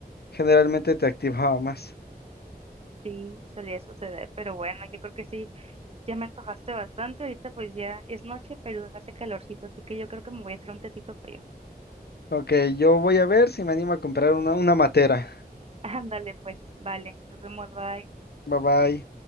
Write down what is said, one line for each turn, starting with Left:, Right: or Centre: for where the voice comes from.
Left: Generalmente te activaba más.
Right: Sí, solía suceder, pero bueno, yo creo que sí, ya me antojaste bastante, ahorita pues ya es noche, pero hace calorcito, así que yo creo que me voy a hacer un tecito frío.
Left: Ok, yo voy a ver si me animo a comprar una, una matera.
Right: <laughs> Ándale, pues, vale, nos vemos, bye.
Left: Bye bye.